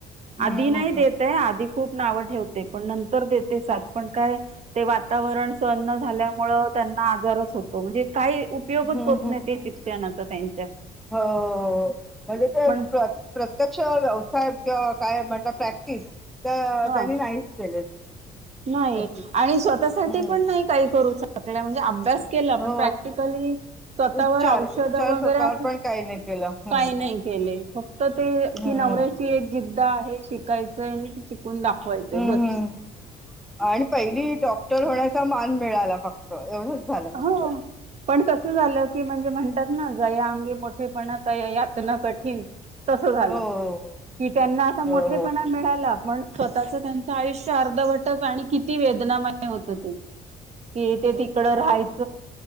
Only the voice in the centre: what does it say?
हम्म
हम्म
हम्म
हम्म हम्म
हो हो हो. म्हणजे ते
प्रत्यक्ष व्यवसाय किंवा काय म्हणत प्रॅक्टिस तर
त्यांनी नाहीच केलेली
तशी
हम्म
हो
उपचार
उपचार
स्वतःवर
पण काही नाही केलं हम्म
हम्म
हम्म
हम्म
हम्म आणि पहिली डॉक्टर होण्याचा मान मिळाला फक्त एवढंच झालं फक्त
हो हो
हो हो हो